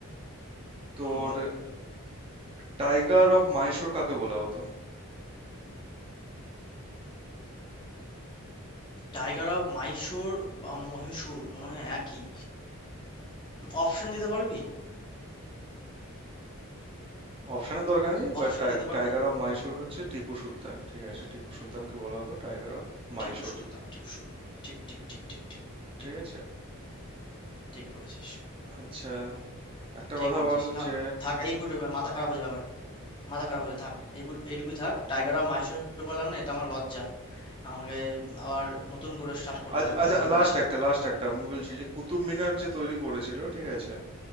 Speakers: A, on the right; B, on the left.
A: তোর
B: হুম বল
A: টাইগার অফ মাইশোর কাকে বলা হতো
B: টাইগার অফ মাইশোর বা মহীশূর মনে হয় একই অপশন দিতে পারবি
A: অপশনের দরকার নেই বাট
B: অপশন দিতে পারবি
A: টাইগার অফ মাইসুর হচ্ছে টিপু সুলতান ঠিক আছে টিপু সুলতানকে বলা হতো টাইগার অফ মাইসুর
B: টিপু সুলতান টিপু সুলতান ঠিক ঠিক ঠিক ঠিক ঠিক
A: ঠিক
B: ঠিক
A: আছে
B: ঠিক বলেছিস
A: আচ্ছা একটা
B: ঠিক
A: কথা
B: বলেছিস
A: বল
B: না
A: যে
B: থাক এই পুরো এবার মাথা খারাপ হয়ে যাবে আবার মাথা খারাপ হয়ে যাবে থাক এই পুরো- এইটুকুই থাক টাইগার আর মাইশোর বললাম না এটা আমার লজ্জা আমাকে আবার নতুন করে স্টার্ট করতে
A: আজ
B: হবে
A: আচ্ছা
B: বুঝতে পেরেছি
A: লাস্ট একটা লাস্ট একটা আমি বলছি যে কুতুব মিনার যে তৈরি করেছিল ঠিক আছে